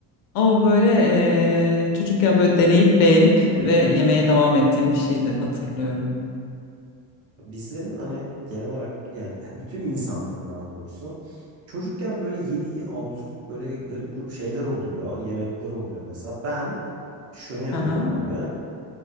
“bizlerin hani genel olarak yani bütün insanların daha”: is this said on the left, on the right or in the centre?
Right